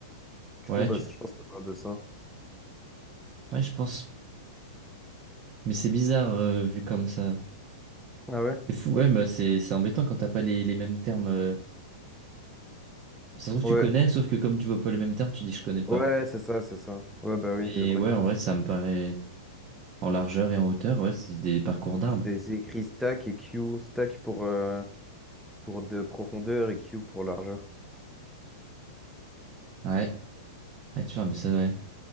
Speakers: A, in the centre; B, on the right.
A: Du
B: Ouais,
A: coup, bah,
B: tu,
A: je pense que ça parle de ça.
B: ouais, je pense. Mais c'est bizarre euh, vu comme ça.
A: Ah ouais?
B: C'est fou, ouais, mais c'est c'est embêtant quand t'as pas les, les mêmes termes. euh. Ça se trouve, tu
A: Ouais,
B: connais, sauf que comme tu vois pas les mêmes termes, tu dis je connais pas.
A: ouais, c'est ça, c'est ça. Ouais, bah oui,
B: Mais
A: c'est vrai
B: ouais,
A: que
B: en vrai, ça me paraît en largeur et en hauteur, ouais, c'est des parcours d'arbres.
A: c'est c'est écrit stack et Q, stack pour, euh, pour de profondeur et Q pour largeur.
B: Ouais, ouais, tu vois, mais ça, ouais.